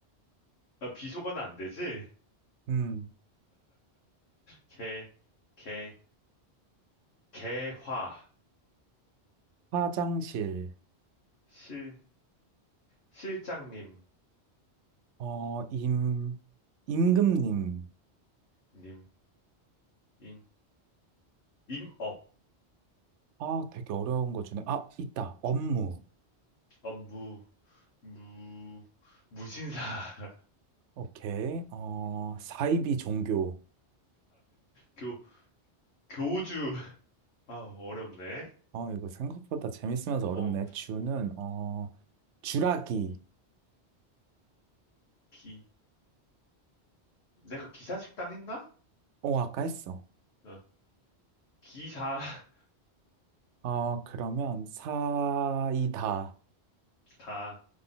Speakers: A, on the left; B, on the right.
A: 아, 비속어는 안 되지
B: 음,
A: 개개 개화
B: 화장실.
A: 실 실장님
B: 어, 임, 임금님.
A: 님임 임업
B: 아, 되게 어려운 거 주네. 아, 있다. 업무.
A: 업무 무 무신사 <laughs>
B: 오케이. 어, 사이비 종교.
A: 교 교주 아 어렵네
B: 어, 이거 생각보다 재밌으면서
A: 어
B: 어렵네. 주는, 어, 주라기.
A: 기 내가 기사식당 했나
B: 어, 아까 했어.
A: 어, 기사
B: 어, 그러면 사이다.
A: 다